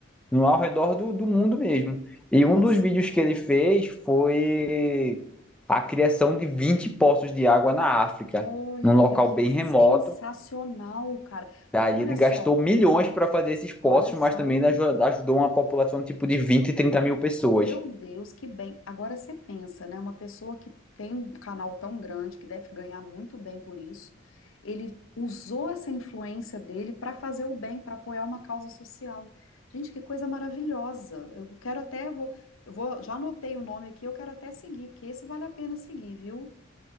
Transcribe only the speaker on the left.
Nossa,
olha
que
sensacional,
cara.
Porque olha
só,
olha só.
Meu Deus, que bem. Agora você pensa, né? Uma pessoa que tem um canal tão grande, que deve ganhar muito bem por isso, ele usou essa influência dele para fazer o bem, para apoiar uma causa social. Gente, que coisa maravilhosa. Eu quero até, vou, eu vou, já anotei o nome aqui, eu quero até seguir, porque esse vale a pena seguir, viu?